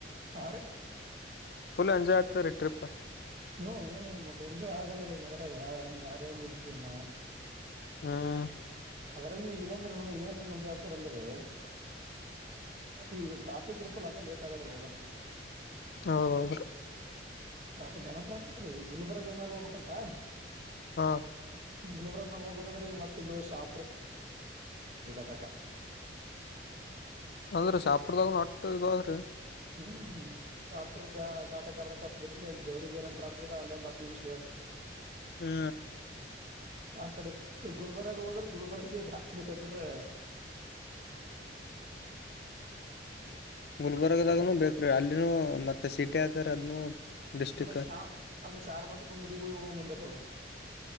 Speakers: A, on the right (about 40°); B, on the left (about 55°).
A: ಹಾ ರೀ
B: ಫುಲ್ ಎಂಜಾಯ್ ಆತರಿ ಟ್ರಿಪ್
A: ಹ್ಮ ಮತ್ತೆ ಎಂಜಾಯ್ ಆಗ ಮದ್ರಾಗ ಹೆಂಗ್ ಗಾಡಿ ಹೆಂಗ್ ಹಡಿತೀರಿ ನಾವು
B: ಹ್ಮ್
A: ಆದರೆ ಈಗ ಇಲ್ಲಂದ್ರೆ ನನಗೆ ಏನ್. ಅಂದ್ರಿ ಈಗ ಟ್ರಾಫಿಕ್ ಇರುತಾ ಅದೇ ಲೇಟ್ ಆಗಾದ್ರೆ ಹೋಗಲ್
B: ಹೌದ
A: ಟ್ರಾಫಿಕ್ರಿ, ಗಾನ, ಟ್ರಫಿಕ್ ರೀ! ಗುಲ್ಬರ್. <inaudible> ಇನು ಮೇಲೆ ಹೋಗ್ಬೇಕಂತ <inaudible>
B: ಹ
A: ಹ್ಮ್ ಒಬ್ಬರ ಮೇಲೆ ಒಬ್ಬರು <inaudible> ಅದರಲ್ಲಿ ಮತ್ತೆ ಲುಸ್ಸು <inaudible>
B: ಅಂದ್ರೆ ಶಾಪುರ್ದಾಗ ನಟ್ಟು ಇದು ಅದ್ರೀ <inaudible>
A: ಹ್ಮ <inaudible> <unintelligible> ಸಪುರ್ ದಾಟ ಫಸ್ಟ್ ಅಲ್ಲಿ ಜೋರು ಟ್ರಾಫಿಕ್ ಅಲ್ಲಿ ಒಂದು ಹತ್ತು ನಿಮಿಷ ಲೇಟ್ <unintelligible>
B: ಹ್ಮ್
A: ಆ ಕಡೆ ಗುಲ್ಬರ್ಗ್ ಹೋದ್ರೆ ಗುಲ್ಬರ್ಗಗೆ ಹಾಕ್ಬೇಕಂದ್ರೆ <inaudible>
B: ಗುಲ್ಬರ್ಗದಾಗನುೂ
A: ಗುಡಿ
B: ಬೇಕ್ರೀ ಅಲ್ಲಿನೂ ಮತ್ತೆ ಸಿಟಿ ಆಯತರಿ ಅದನು ಡಿಸ್ಟ್ರಿಕ್
A: ಅದ್ರ ಶಾಣ ಅಲ್ರಿ ಶಾಣ ಬಸಪ್ಪ ಗುಡಿಗೆ ಹೋಗಿ ಹೋಗ್ ಬಂದಾರ ಅವ್ರು